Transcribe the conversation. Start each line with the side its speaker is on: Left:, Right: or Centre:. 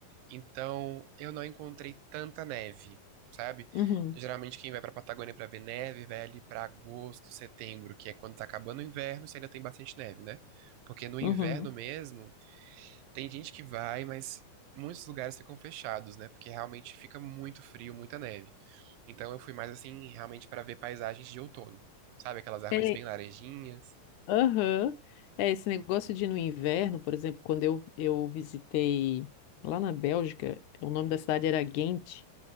Right: Então, eu não encontrei tanta neve, sabe?
Left: Uhum.
Right: Geralmente quem vai pra Patagônia pra ver neve, vai ali pra agosto, setembro, que é quando tá acabando o inverno, se ainda tem bastante neve, né? Porque no inverno
Left: Uhum.
Right: mesmo, tem gente que vai, mas muitos lugares ficam fechados, né? Porque realmente fica muito frio, muita neve. Então eu fui mais assim, realmente para ver paisagens de outono. Sabe aquelas árvores
Left: É,
Right: bem laranjinhas?
Left: Aham. É, esse negócio de ir no inverno, por exemplo, quando eu, eu visitei lá na Bélgica, o nome da cidade era Ghent,